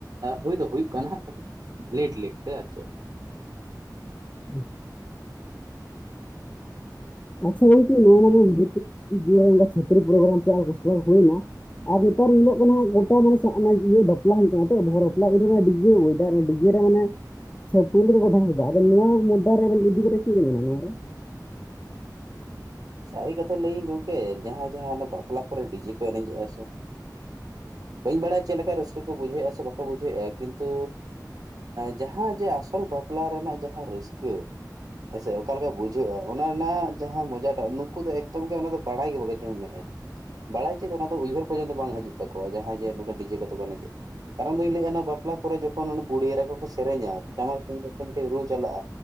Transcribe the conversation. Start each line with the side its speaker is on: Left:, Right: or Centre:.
Right: ᱦᱩᱭ ᱫᱚ ᱦᱩᱭᱩᱜ ᱠᱟᱱᱟ ᱦᱟᱸᱜ ᱠᱟᱹᱴᱤᱡ᱾ ᱞᱮᱴ ᱞᱮᱴ ᱛᱮ ᱟᱪᱮ
Left: <unintelligible> ᱟᱪᱪᱷᱟ ᱜᱚᱝᱠᱮ ᱱᱚ ᱱᱚᱣᱟ <unintelligible> ᱯᱨᱳᱜᱨᱟᱢ <unintelligible> ᱦᱩᱭᱮᱱᱟ ᱟᱨ ᱱᱮᱛᱟᱨ ᱧᱮᱞᱚᱜ ᱠᱟᱱᱟ ᱜᱚᱴᱟ ᱢᱟᱱᱮ ᱤᱭᱟᱹ ᱵᱟᱯᱞᱟ ᱦᱩᱭᱩᱜ ᱠᱟᱱᱟ <inaudible> ᱰᱤᱡᱮ <inaudible> ᱰᱤᱡᱮ ᱨᱮ ᱢᱟᱱᱮ ᱪᱷᱟᱯᱨᱤ ᱰᱮᱨ ᱫᱟ ᱱᱚᱣᱟ ᱢᱩᱜᱫᱟ ᱨᱮ ᱟᱵᱮᱱ ᱪᱮ <unintelligible>
Right: ᱥᱟᱹᱨᱤ ᱠᱟᱛᱷᱟ ᱞᱟᱹᱭᱟᱹᱧ ᱜᱚᱝᱠᱮ ᱡᱟᱦᱟᱸ ᱡᱟᱦᱟᱸ ᱵᱟᱯᱞᱟ ᱠᱚᱨᱮ ᱰᱤᱡᱮ ᱠᱚ ᱮᱱᱮᱡᱮᱜᱼᱟ ᱥᱮ᱾ ᱵᱟᱹᱧ ᱵᱟᱲᱟᱭᱟ ᱪᱮᱫ ᱞᱮᱠᱟ ᱨᱟᱹᱥᱠᱟᱹ ᱠᱚ ᱵᱩᱡᱷᱟᱹᱣᱮᱫᱼᱟ ᱥᱮ ᱵᱟᱠᱚᱩᱡᱷᱣᱼᱟ ᱠᱤᱱᱛᱩ᱾ ᱡᱟᱦᱟᱸ ᱡᱮ ᱟᱥᱚᱞ ᱵᱟᱯᱞᱟ ᱨᱮᱱᱟᱜ ᱡᱟᱦᱟᱸ ᱨᱟᱹᱥᱠᱟᱹ᱾ ᱦᱮᱸᱥᱮ ᱚᱠᱟ ᱞᱮᱠᱟ ᱵᱩᱡᱷᱟᱹᱜᱼᱟ ᱚᱱᱟ ᱨᱮᱱᱟᱜᱟᱸ ᱢᱚᱡᱟ᱾ ᱱᱩᱠᱩ ᱫᱚ ᱮᱠᱫᱚᱢ ᱜᱮ ᱚᱱᱟ ᱫᱚ ᱵᱟᱲᱟᱭ ᱜᱮ ᱵᱟᱠᱚ ᱟᱡᱚᱢᱮᱫᱼᱟ᱾ ᱵᱟᱲᱟᱭ ᱪᱮᱫ ᱫᱚ ᱚᱱᱟ ᱫᱚ ᱩᱭᱦᱟᱹᱨ ᱯᱚᱨᱡᱚᱱᱛ ᱵᱟᱝ ᱦᱤᱡᱩᱜ ᱛᱟᱠᱚᱣᱟ ᱡᱟᱦᱟᱸᱭ ᱡᱮ ᱱᱚᱝᱠᱟ ᱰᱤᱡᱮ ᱠᱟᱛᱮ ᱠᱚ ᱮᱱᱮᱡ᱾ ᱠᱟᱨᱚᱱ ᱫᱚᱧ ᱞᱟᱹᱭᱮᱫᱼᱟ ᱚᱱᱟ ᱵᱟᱯᱞᱟ ᱠᱚᱨᱮ ᱡᱚᱠᱷᱚᱱ ᱵᱩᱦᱲᱤ ᱮᱨᱟ ᱠᱚᱠᱚ ᱥᱮᱨᱮᱧᱟ ᱴᱟᱢᱟᱠ ᱛᱩᱢᱫᱟᱹᱜ ᱛᱮ ᱢᱤᱫᱴᱮ ᱨᱩ ᱪᱟᱞᱟᱜᱼᱟ